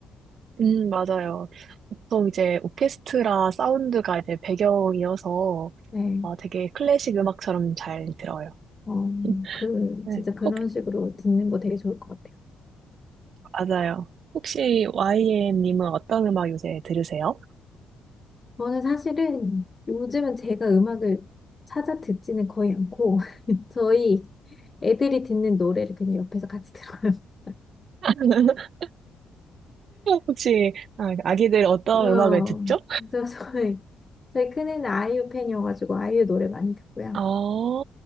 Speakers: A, on the right (about 60°); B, on the left (about 25°).
A: 음, 맞아요. 보통 이제 오케스트라 사운드가 이제 배경이어서
B: 네.
A: 어, 되게 클래식 음악처럼 잘 들어요.
B: 어,
A: <laughs>
B: 그,
A: 네,
B: 진짜 그런
A: 혹,
B: 식으로 듣는 거 되게 좋을 것 같아요.
A: 맞아요. 혹시 YM님은 어떤 음악 요새 들으세요?
B: 저는 사실은 요즘은 제가 음악을 찾아 듣지는 거의 않고, <laughs> 저희 애들이 듣는 노래를 그냥 옆에서 같이 들어요. <laughs>
A: <laughs> 혹시 아, 아기들 어떤
B: 어,
A: 음악을 듣죠?
B: 그래서 저희, 저희 큰애는 아이유 팬이어가지고 아이유 노래 많이 듣고요.
A: 아,